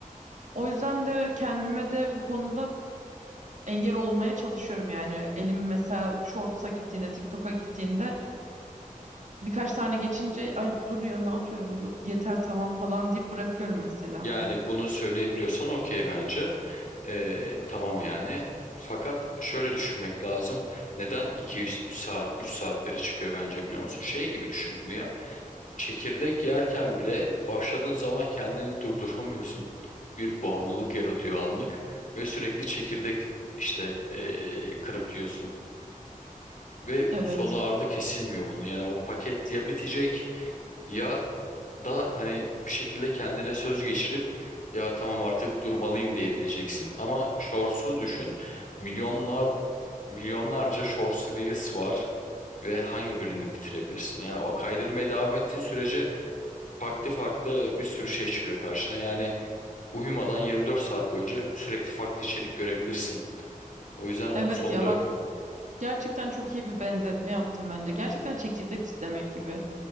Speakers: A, on the right; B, on the left.
A: O yüzden de kendime de bu konuda engel olmaya çalışıyorum yani. Elim mesela Shorts'a gittiğinde, TikTok'a gittiğinde birkaç tane geçince ay dur ya ne yapıyorum Bu- yeter tamam falan deyip bırakıyorum mesela.
B: Yani bunu söyleyebiliyorsan okey bence. E, tamam yani. Fakat şöyle düşünmek lazım. Neden 2-3 saat, 3 saatlere çıkıyor bence biliyor musun? Şey gibi düşün bunu ya. Çekirdek yerken bile başladığın zaman kendini durduramıyorsun. Bir bağımlılık yaratıyor anlık ve sürekli çekirdek işte e, kırıp yiyorsun. Ve
A: Evet.
B: sonu ardı kesilmiyor bunun. Yani o paket ya bitecek ya da hani bir şekilde kendine söz geçirip ya tamam artık durmalıyım diyebileceksin. Ama Shorts'u düşün. Milyonlar milyonlarca Shorts Reels var ve hangi birini bitirebilirsin? Yani o kaydırmaya devam ettiğin sürece farklı farklı bir sürü şey çıkıyor karşına. Yani uyumadan 24 saat boyunca sürekli farklı içerik görebilirsin. O yüzden onun
A: Evet
B: sonu
A: ya
B: da
A: bak
B: yok.
A: Gerçekten çok iyi bir benzetme yaptım bence. Gerçekten çekirdek çitlemek gibi.